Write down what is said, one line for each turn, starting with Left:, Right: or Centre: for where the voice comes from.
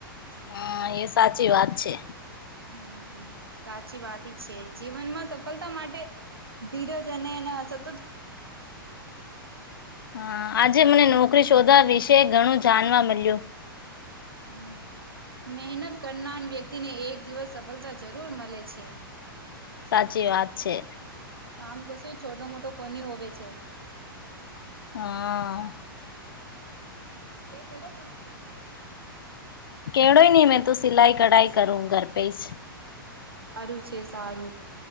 Left: હા એ સાચી વાત છે.
Right: હમ સાચી વાતી છે, જીવનમાં સફલતા માટે ધીરજ અને એના સ
Left: હા આજે મને નોકરી શોધાવીશ તે ઘણું જાનવા મલ્યું
Right: હમ. મહેનત કરનાર વ્યક્તિને એક દિવસ સફલતા જરૂર મલે છે.
Left: સાચી વાત છે.
Right: તો આમ કશું છોટો મોટો કોની હોવે છે.
Left: હા.
Right: એ કેડો કામ કરું
Left: કેવડોય નહી મેં તો સિલાઈ કઢાઈ કરું ઘર પે જ.
Right: સારું છે સારું.